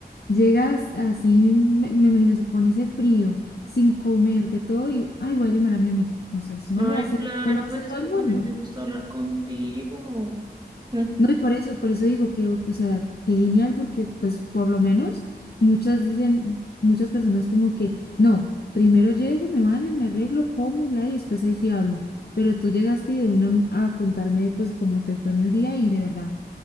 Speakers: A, on the left (about 70°); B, on the right (about 25°).
A: llegas así, me, me imagino eso, con ese frío, sin comer, de todo, y ay, voy a llamar a mi amiga. O sea, eso
B: Ay,
A: no lo hace,
B: claro,
A: no lo hace
B: pues es
A: todo
B: que
A: el mundo.
B: a mí me gusta hablar contigo. Mm,
A: No, y por eso, por eso digo que, o sea, que genial, porque pues por lo menos muchas dicen, muchas personas como que, no, primero llego, me baño, me arreglo, como y bla, y después ahí sí hablo. Pero tú llegaste y de una a contarme pues cómo te fue en el día y de verdad.